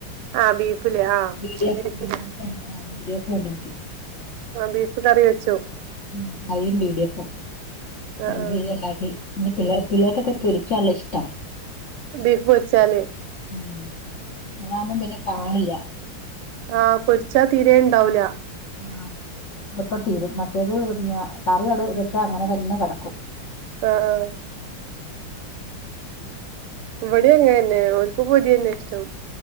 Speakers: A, on the right (about 90°); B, on the left (about 60°).
A: ആഹ് ബീഫില്ലേ ആഹ്
B: ബീ ഡ്യ
A: ബീഫ്
B: ഫ് ബീ ഡ്യ ഫാണ് ആ ബീ ഡ്യ ഫ് പോണ്ടാക്കി
A: ആ ബീഫ് കറി വെച്ചോ
B: ഉം യും ബീ ഡി എഫും
A: ആഹ്
B: രണ്ട്
A: ആഹ്
B: രീതി ഇണ്ടാക്കി ഇ പിള്ളേ പിള്ളേക്കൊക്കെ പൊരിച്ചാണല്ലഷ്ട്ടം
A: ബീഫ് പൊരിച്ചാല്
B: ഉം അതാകുമ്പോം പിന്നെ കാണില്ല
A: ആ പൊരിച്ചാ തീരെ ണ്ടാവൂല
B: ആ എപ്പ തീരും മറ്റേത് നേ കറി അവിടെ വെച്ചാ അങ്ങനെ തന്നെ കെടക്കും
A: ആഹ ആഹ ഇവിടെ അങ്ങനന്നെ ഓൽകും പൊരി തന്നെ ഇഷ്ടം